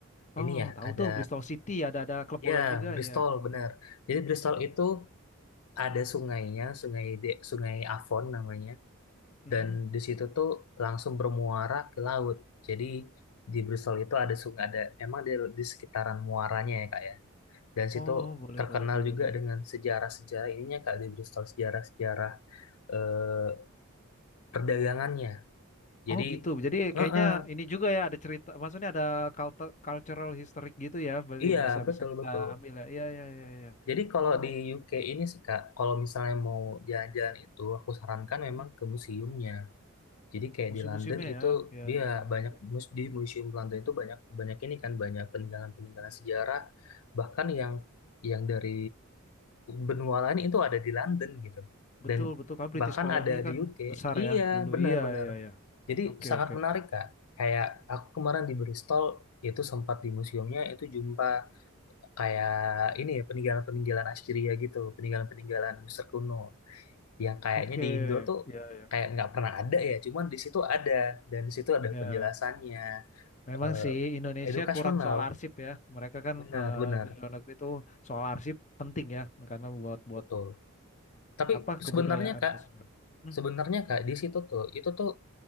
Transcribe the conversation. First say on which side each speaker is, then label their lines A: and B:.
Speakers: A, on the left (about 80°); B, on the left (about 35°).
A: ini
B: oh
A: ya,
B: tahu
A: ada
B: tuh Bristol City ada ada klub bola
A: ya
B: juga
A: Bristol
B: ya
A: benar. Jadi Bristol itu ada sungainya, sungai De- Sungai Avon namanya,
B: Mm-mm.
A: dan di situ tuh langsung bermuara ke laut. Jadi di Bristol itu ada sungai, ada memang di, di sekitaran muaranya ya Kak ya. Dan situ
B: oh boleh
A: terkenal
B: boleh boleh
A: juga
B: boleh
A: dengan sejarah-sejarah ininya Kak di Bristol sejarah-sejarah eh, perdagangannya. Jadi,
B: oh gitu jadi kayaknya
A: eh, eh,
B: ini juga ya ada cerita maksudnya ada cultu- cultural historic gitu ya berarti
A: iya
B: yang bisa
A: betul
B: bisa kita
A: betul.
B: ambil ya iya iya iya iya
A: Jadi kalau
B: oh
A: di UK ini sih Kak, kalau misalnya mau jalan-jalan itu, aku sarankan
B: mm-mm.
A: memang ke museumnya. Jadi kayak
B: museum-museumnya
A: di London itu
B: ya iya
A: dia
B: iya iya
A: banyak
B: oke
A: mus- di museum London itu banyak banyak ini kan banyak peninggalan-peninggalan sejarah, bahkan yang yang dari benua lain itu ada di London gitu.
B: betul
A: Dan
B: betul kan British
A: bahkan
B: koloni
A: ada di
B: kan
A: UK.
B: besar
A: Iya,
B: ya dulu
A: benar-benar.
B: iya iya iya
A: Jadi
B: oke
A: sangat
B: oke
A: menarik Kak. Kayak aku kemarin di Bristol itu sempat di museumnya itu jumpa kayak ini ya peninggalan-peninggalan Assyria gitu, peninggalan-peninggalan Mesir kuno yang kayaknya
B: oke
A: di Indo tuh
B: iya iya
A: kayak nggak pernah ada ya, cuman di situ ada dan di situ ada
B: ya
A: penjelasannya
B: Memang
A: eh,
B: sih Indonesia
A: edukasional,
B: kurang soal arsip ya. Mereka kan
A: benar-benar
B: eh, di luar negeri itu soal arsip penting ya karena buat buat
A: betul. Tapi
B: apa kebudayaan
A: sebenarnya Kak,
B: bersejarah. Hmm.
A: sebenarnya Kak di situ tuh itu tuh